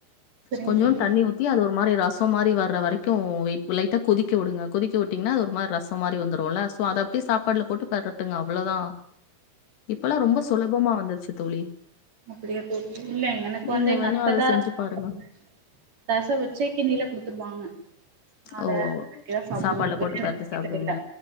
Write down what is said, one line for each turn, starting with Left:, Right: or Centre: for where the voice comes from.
Right: சரிங்க
Left: கொஞ்சோ
Right: தோழி
Left: தண்ணி ஊத்தி அது ஒரு மாரி ர சோ மாரி வர்ற வரைக்கு ட்டு வெ லைட்டா கொதிக்க வுடுங்க, கொதிக்க வுட்டீங்கா அது ஒரு மாரி ரசோ மாரி வந்துருல சோ அத அப்டியே சாப்பாடுல போட்டு பெரட்டுங்க அவளோதா இப்பல்லா ரொம்ப சுலபமா வந்துருச்சு தோழி
Right: அப்படியே தோழி, இல்ல எனக்கு
Left: நீங்க
Right: வந்து எங்க
Left: வேணா
Right: அத்ததா
Left: அத செஞ்சு பாருங்க
Right: <inaudible> ரசோ வச்சி கிண்ணில குடுத்துருவாங்க நா அத
Left: ஓ
Right: அப்டிதா சாப்டுவே
Left: சாப்பாடுல போட்டு
Right: எனக்கு
Left: பெரட்டி
Right: செய்ய
Left: சாப்டுவிங்க
Right: தெரில